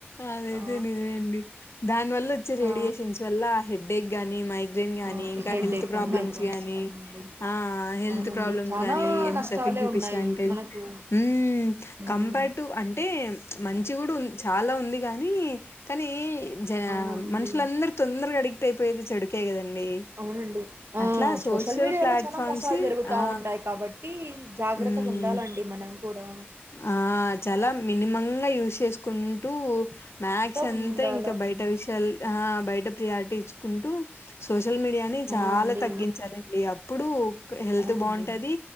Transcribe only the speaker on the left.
అదైతే
నిజమండి. న్ వల్ల వచ్చె రేడియేషన్స్
వల్ల ఆ హెడ్డె గానీ మై గ్రిన్ గానీ
ఇంకా
హెల్త్
ప్రాబ్లమ్స్
గానీ,
ఆ హెల్త్
ప్రాబ్లమ్స్
గానీ ఎంత
ఎఫెక్ట్ జుపిస్సాంటే,
ఉ కంపట్టు
అంటే చ్ మంచి వుడున్ చాలా ఉంది. గాని కానీ జా
మనుషులందరు తొందరగా అడిక్ట్ అయిపోయేది చెడుకే కదండి,
అట్లా సోషల్
ప్లాట్
ఫామ్మ్స్
ఆ,
హుం,
ఆ చాలా మి న్నిమ్మంగ యూస్ చేసుకుంటూ మ్యాక్స్
అంతా
ఇ
య్ ట విసాల్ ఆ బైట ప్రియారిటీ ఇచ్చుకుంటు సోస్ షల్ మీడియాని
చాలా తగ్గించాలండి అప్పుడు క్ హెల్త్
బావుంటది,